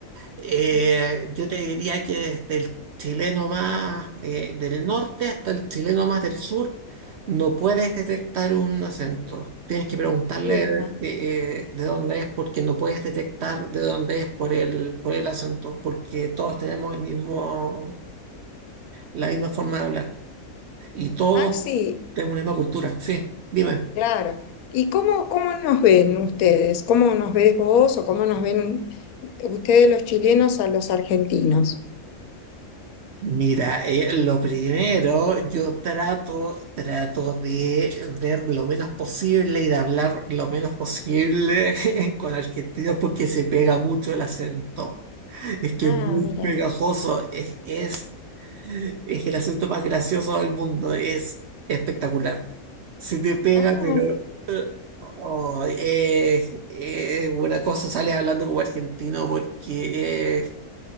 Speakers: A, on the right; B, on the left.
A: Eh,
B: Mi-
A: yo te diría que desde el chileno más eh, del norte hasta el chileno más del sur, no puedes detectar un acento. Tienes que preguntarle
B: Mira,
A: eh, de dónde es porque no puedes detectar de dónde es por el, por el acento, porque todos tenemos el mismo, la misma forma de hablar y todos
B: Maxi,
A: tenemos la misma cultura. Sí, dime.
B: claro. ¿Y cómo, cómo nos ven ustedes? ¿Cómo nos ves vos o cómo nos ven ustedes los chilenos a los argentinos?
A: Mira, eh, lo primero, yo trato, trato de ver lo menos posible y de hablar lo menos posible <laughs> con argentinos porque se pega mucho el acento. Es que
B: Ah,
A: es muy
B: mira.
A: pegajoso, es, es, es el acento más gracioso del mundo, es espectacular. Se te pega,
B: Ah,
A: pero oh, es, es una cosa, sales hablando como argentino porque es